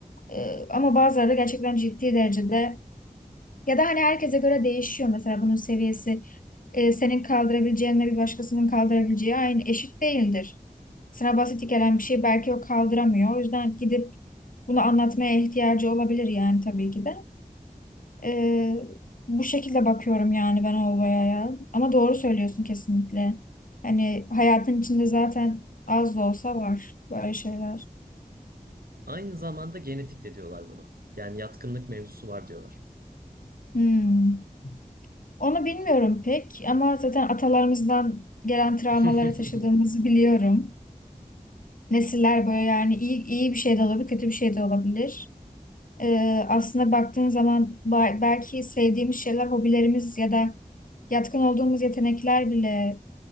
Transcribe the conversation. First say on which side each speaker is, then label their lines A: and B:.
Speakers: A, on the left; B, on the right.
A: Ee, ama bazıları da gerçekten ciddi derecede ya da hani herkese göre değişiyor mesela bunun seviyesi. e, senin kaldırabileceğinle bir başkasının kaldırabileceği aynı eşit değildir. Sana basit gelen bir şey belki o kaldıramıyor. O yüzden gidip bunu anlatmaya ihtiyacı olabilir yani tabii ki de. Ee, bu şekilde bakıyorum yani ben olaya ya. Ama doğru söylüyorsun kesinlikle. Hani hayatın içinde zaten az da olsa var böyle şeyler.
B: Aynı zamanda genetik de diyorlar bunu. Yani yatkınlık mevzusu var diyorlar.
A: Hmm. Onu bilmiyorum pek ama zaten atalarımızdan gelen travmaları
B: <laughs>
A: taşıdığımızı biliyorum. Nesiller böyle yani iyi, iyi bir şey de olabilir, kötü bir şey de olabilir. Ee, aslında baktığın zaman ba- belki sevdiğimiz şeyler, hobilerimiz ya da yatkın olduğumuz yetenekler bile